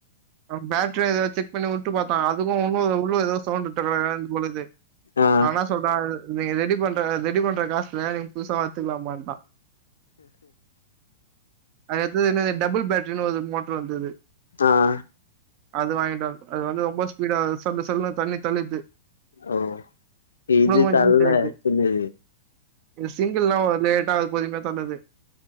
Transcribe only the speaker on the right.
பேட்ரியோ எதோ செக் பண்ணி வுட்டு பாத்தாக அதுக்கு ஒ உள்ள எதோ சவுண்டு டக டகனு பண்ணுது
நா என்ன சொல்றே நீங்க ரெடி பண்ற ரெடி பண்ற காசுல நீங்க புதுசா எடுத்துக்கலா உங்வேண்டா அதுக்கடுத்தது என்னது டபுள் பேட்ரின்னு ஒரு மோட்ரு வந்தது
அது வாங்கிட்டாங்க அது வந்து ரொம்ப ஸ்பீடா சல்லு சல்லுனு தண்ணி தள்ளிது
கொஞ்சோ
ஈஸியாயிடுது
இது சிங்கிள்லா ஒரு லேட்டா அது பொதுமயா தள்ளுது